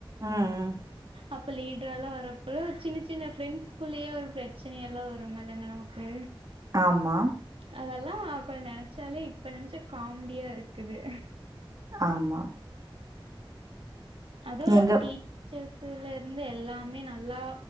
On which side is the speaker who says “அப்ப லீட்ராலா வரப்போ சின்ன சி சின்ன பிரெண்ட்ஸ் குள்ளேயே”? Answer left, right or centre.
Right